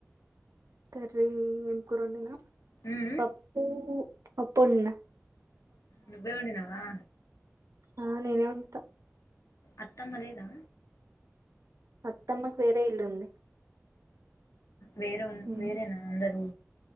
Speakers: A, on the right; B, on the left.
A: కర్రీ ఎం కూర వండినా
B: ఉమ్
A: పప్పూ పప్పు వండిన
B: నువ్వేవండి నావా
A: ఆ నేనే వండుతా
B: అత్తమ్మలేదా
A: అత్తమ్మకి వేరే ఇల్లుంది
B: వేరే
A: ఉమ్.
B: వేరేనా అందరు